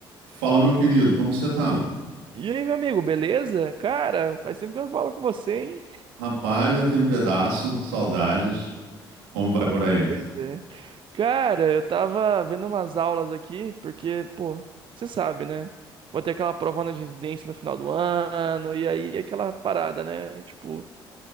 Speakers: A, on the right (about 80°); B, on the right (about 45°).
A: Fala, meu querido, como você tá?
B: E aí, meu amigo, beleza? Cara, faz tempo que eu não falo com você, hein?
A: Rapaz, já tem um pedaço, saudades. Como vai por aí?
B: Pois é. Cara, eu tava vendo umas aulas aqui, porque, pô, você sabe, né? Vou ter aquela prova na residência no final do ano, e aí aquela parada, né? Tipo,